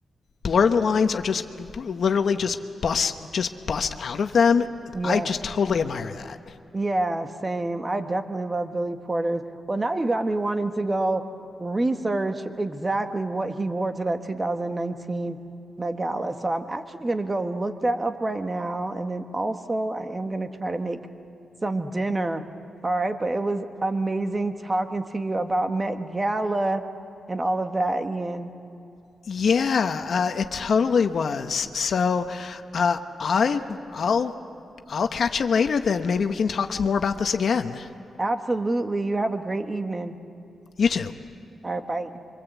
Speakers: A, on the left; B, on the right.
A: blur the lines or just literally just bust just bust out of them
B: Yeah.
A: i just totally admire that
B: Yeah, same. I definitely love Billy Porter's. Well, now you got me wanting to go research exactly what he wore to that 2019 Met Gala. So I'm actually going to go look that up right now. And then also, I am going to try to make some dinner. All right. But it was amazing talking to you about Met Gala and all of that, Ian.
A: yeah uh, it totally was so uh, i i'll i'll catch you later then maybe we can talk some more about this again
B: Absolutely. You have a great evening.
A: you too
B: All right. Bye.